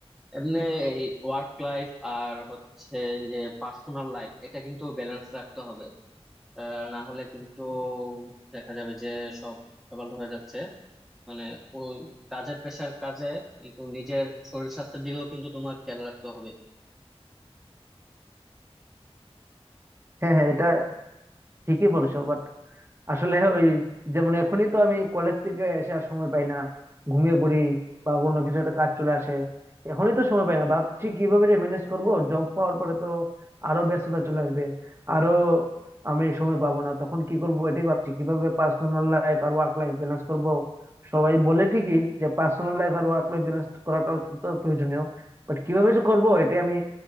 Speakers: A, in the centre; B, on the right.
A: এমনি এই ওয়ার্ক লাইফ আর হচ্ছে যে পার্সোনাল লাইফ এটা কিন্তু ব্যালেন্স রাখতে হবে আহ, না হলে কিন্তু দেখা যাবে যে সব ডবল হয়ে যাচ্ছে মানে ওই কাজের প্রেশার কাজে কিন্তু নিজের শরীর স্বাস্থ্যের দিকেও কিন্তু তোমার খেয়াল রাখতে হবে
B: হ্যাঁ হ্যাঁ এটা ঠিকই বলেছো বাট আসলে ওই যেমন এখনই তো আমি কলেজ থেকে এসে আর সময় পাই না ঘুমিয়ে পড়ি বা অন্য কিছু একটা কাজ চলে আসে এখনই তো সময় পাই না ভাবছি কিভাবে যে ম্যানেজ করব জব পাওয়ার পরে তো আরো ব্যস্ততা চলে আসবে আরো আমি সময় পাবো না তখন কি করব এটাই ভাবছি কিভাবে পার্সোনাল লাইফ আর ওয়ার্ক লাইফ ব্যালেন্স করব সবাই বলে ঠিকই যে পার্সোনাল লাইফ আর ওয়ার্ক লাইফ ব্যালেন্স করাটা অত্যন্ত প্রয়োজনীয় বাট কিভাবে যে করবো এটাই আমি